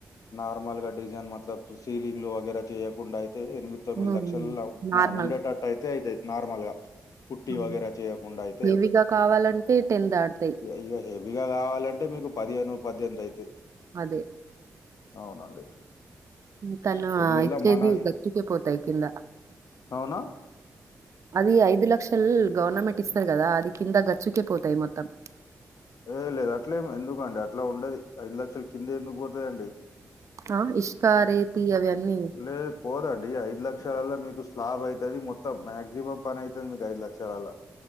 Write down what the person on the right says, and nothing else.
హ్మ్.
హ్మ్. నార్మల్‌గా.
హ్మ్.
హెవీగా కావాలంటే దాడతాయి.
అదే.
ఇం తన
ఇచ్చేది
గచ్చుకే పోతాయి కింద
అవి ఐదు లక్షల్ గవర్నమెంట్ ఇస్తది కదా అది కింద గచ్చుకే పోతాయి మొత్తం
ఆ ఇష్క రేతి అవి అన్నీ